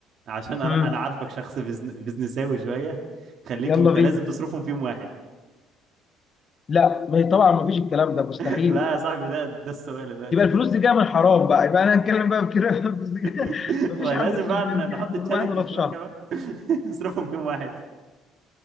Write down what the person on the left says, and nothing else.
مم.
يلا
بينا
لا ما هي طبعا ما فيش الكلام ده مستحيل
يبقى الفلوس دي جايه من الحرام بقى يبقى انا هنتكلم بقى بكده <laughs> الفلوس دي
جاية- ما فيش
حد يصرف
مليون
جنيه
في
يوم واحد ولا في
شهر